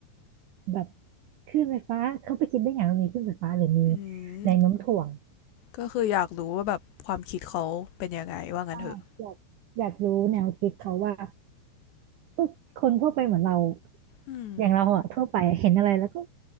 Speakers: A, on the right; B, on the left.
A: แบบคลื่นไฟฟ้าเขาไปคิดได้อย่างว่ามีคลื่นไฟฟ้าหรือมี
B: อืม
A: แรงโน้มถ่วง
B: ก็คืออยากรู้ว่าแบบความคิดเขาเป็นยังไงว่างั้นเถอะ
A: ใช่อยากอยากรู้แนวคิดเขาว่าเออคนทั่วไปเหมือนเรา
B: อืม
A: อย่างเราอะทั่วไปเห็นอะไรแล้วก็